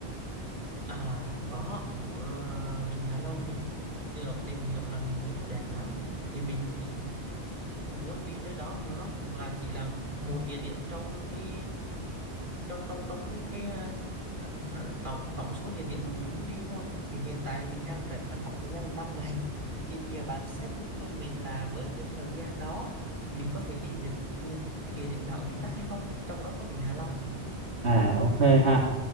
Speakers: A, on the right; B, on the right.
A: À có ờ, Vịnh Hạ Long mình cũng được tìm hiểu là mình thấy nó đẹp lắm thì mình cũng muốn đi tới đó nó cũng là chỉ là một địa điểm trong cái trong trong trong cái cái à, ờ, tổng tổng số địa điểm mà mình muốn đi thôi thì hiện tại mình đang rảnh là khoảng thời gian năm ngày thì nhờ bạn set up cho mình là với cái thời gian đó mình có thể đi được những cái địa điểm nào ở miền Bắc hay không trong đó có Vịnh Hạ Long
B: À ok ha.